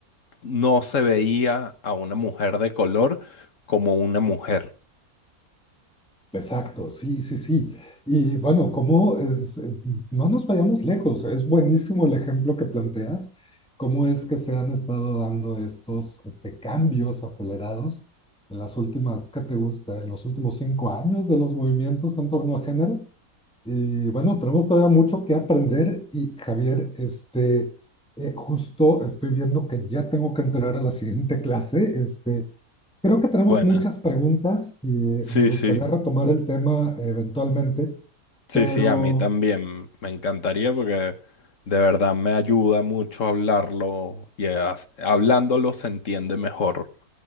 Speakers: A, on the left; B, in the centre.
A: no se veía a una mujer de color como una mujer.
B: Exacto, sí, sí, sí. Y bueno, como no nos vayamos lejos, es buenísimo el ejemplo que planteas, cómo es que se han estado dando estos este, cambios acelerados en las últimas, ¿qué te gusta? En los últimos cinco años de los movimientos en torno a género. Y bueno, tenemos todavía mucho que aprender y Javier, este, eh, justo estoy viendo que ya tengo que entrar a la siguiente clase, este, Creo que tenemos
A: Bueno,
B: muchas preguntas y me
A: sí,
B: gustaría
A: sí.
B: retomar el tema eventualmente,
A: Sí,
B: pero
A: sí, a mí también me encantaría porque de verdad me ayuda mucho hablarlo y as- hablándolo se entiende mejor.